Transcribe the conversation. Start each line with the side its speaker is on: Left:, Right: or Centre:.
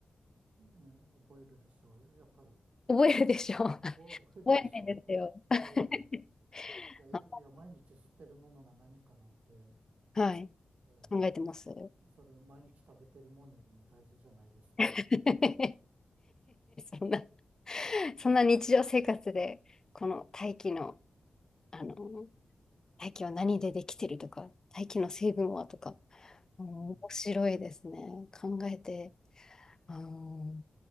Right: うん覚えるでしょう。やっぱり、
Left: 覚えるでしょ
Right: 覚覚えるでしょ
Left: <laughs> 覚えないですよ。<laughs>
Right: う。ええ。いや、いいや、
Left: あ
Right: 毎日吸ってるものが何かなんて、
Left: ーはい。
Right: え
Left: 考えてます。
Right: え、それ毎日食べてるもんよりも大事じゃないですか。
Left: <laughs> そんな、そんな日常生活で、この大気の、あの、大気は何でできてるとか、大気の成分はとか、うん面白いですね。
Right: うん。
Left: 考えて、あの、